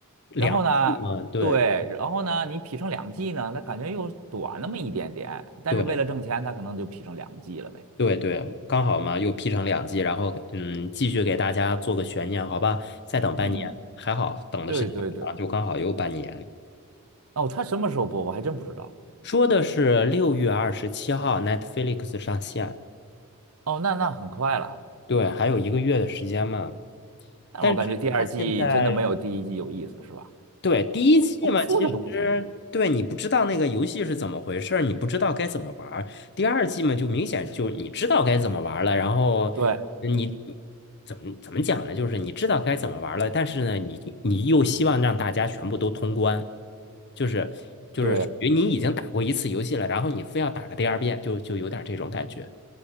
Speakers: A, on the left; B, on the right.
A: 两季嘛，
B: 然后呢，
A: 对
B: 对，然后呢，你劈成两季呢，它感觉又短那么一点点，但是为了挣钱，
A: 对。
B: 它可能就劈成两季了呗。
A: 对对，刚好嘛，又劈成两季，然后嗯，继续给大家做个悬念，好吧？再等半年，
B: 嗯，
A: 还好等的是挺长，
B: 对对对。
A: 就刚好有半年。
B: 哦，他什么时候播？我还真不知道。
A: 说的是六月二十七号 Netflix 上线，
B: 哦，那那很快了，
A: 对，还有一个月的时间嘛。
B: 但是我感觉第二季真的没有第一季有意思，
A: 但是它现在
B: 是吧？
A: 对，第一季嘛，
B: 重复的东西，
A: 其实对你不知道那个游戏是怎么回事儿，你不知道该怎么玩儿。第二季嘛，就明显就你知道该怎么玩儿了，然后你
B: 对
A: 怎么怎么讲呢？就是你知道该怎么玩儿了，但是呢，你你又希望让大家全部都通关，就是就是属于你已经打过一次游戏了，
B: 对，
A: 然后你非要打个第二遍，就就有点这种感觉。